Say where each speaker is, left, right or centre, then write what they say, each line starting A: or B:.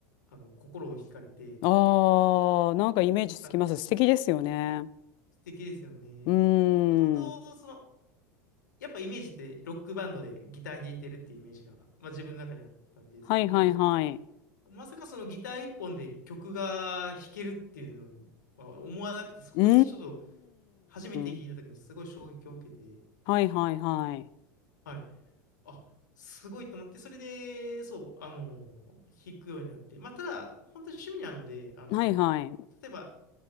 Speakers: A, on the left; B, on the left.
A: あの心を惹かれて、
B: ああ、なんかイメージつきます。
A: あ
B: 素敵ですよね。
A: 素敵ですよね。
B: うーん。
A: もともと、その、やっぱイメージってロックバンドでギター弾いてるっていうイメージが、まあ、自分の中にあったんですけど、
B: はいはいはい。
A: まさかそのギター一本で曲が弾けるっていうのは思わなくて、そこにちょっと
B: うー
A: 初めて聞いた時にすごい衝撃を受けて、
B: ん。はいはいはい。
A: はい。あ、すごいと思って、それで、そう、あの、弾くようになって、まあ、ただ、本当に趣味なので、あの、
B: はいはい。
A: 例えば、